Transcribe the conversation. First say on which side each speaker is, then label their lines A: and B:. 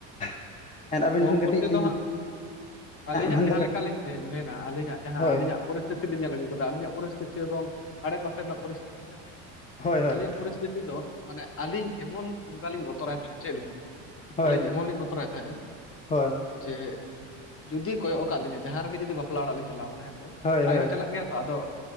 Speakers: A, on the left; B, on the left.
A: <unintelligible>
B: ᱠᱚᱢ ᱵᱚᱞᱛᱮ
A: ᱠᱟᱹᱴᱤᱡ ᱞᱤᱧ
B: ᱫᱚ ᱦᱟᱸᱜ ᱟᱹᱞᱤᱧᱟᱜ
A: ᱢᱮᱱᱫᱚ
B: ᱡᱟᱦᱟᱸ
A: ᱠᱟᱹᱴᱤᱡ
B: ᱞᱮᱠᱟ ᱞᱤᱧ ᱢᱮᱱᱟ ᱟᱹᱞᱤᱧᱟᱜ ᱡᱟᱦᱟᱸ
A: ᱦᱳᱭ
B: ᱟᱹᱞᱤᱧ ᱟᱜ ᱯᱚᱨᱤᱥ ᱯᱚᱨᱤᱥᱛᱷᱤᱛᱤᱧ ᱧᱮᱞ ᱟᱹᱜᱩ ᱠᱟᱫᱟ ᱟᱞᱤᱧᱟᱜ ᱯᱚᱨᱤᱥᱛᱷᱤᱛᱤ ᱟᱫᱚ ᱟᱲᱮ ᱯᱟᱥᱮ ᱨᱮᱱᱟᱜ ᱯᱚᱨᱤᱥᱛᱷᱤᱛᱤ ᱦᱮᱸᱥᱮ
A: ᱦᱳᱭ ᱦᱳᱭ
B: ᱟᱹᱞᱤᱧᱟᱜ ᱯᱚᱨᱤᱥᱛᱷᱤᱛᱤ ᱯᱚᱨᱤᱥᱛᱤᱛᱷᱤ ᱫᱚ ᱢᱟᱱᱮ ᱟᱹᱞᱤᱧ ᱮᱢᱚᱱ ᱤᱧ ᱵᱟ ᱞᱤᱧ ᱵᱚᱛᱚᱨᱟᱭ ᱛᱟᱦᱮᱸᱫ ᱪᱮᱫ ᱞᱤᱧ ᱢᱮᱱᱟ
A: ᱦᱳᱭ
B: ᱟᱞᱤᱧ ᱮᱢᱚᱱ ᱞᱤᱧ ᱵᱚᱛ ᱵᱚᱛᱚᱨᱟᱭ ᱛᱟᱦᱮᱼᱟ
A: ᱦᱳᱭ
B: ᱡᱮ ᱡᱩᱫᱤ ᱠᱚᱭᱚᱜ ᱠᱟᱫ ᱞᱤᱧᱟᱹ ᱡᱟᱦᱟᱸ ᱨᱮᱜᱮ ᱡᱩᱫᱤ ᱵᱟᱯᱞᱟ ᱚᱲᱟᱜ ᱞᱤᱧ ᱪᱟᱞᱟᱣ ᱠᱟᱱᱟ ᱦᱮᱸᱥᱮ
A: ᱦᱳᱭ ᱦᱳᱭ ᱦᱳᱭ
B: ᱟᱡ ᱦᱚᱸ ᱪᱟᱞᱟᱜ ᱜᱮᱭᱟ <unintelligible> ᱟᱫᱚ,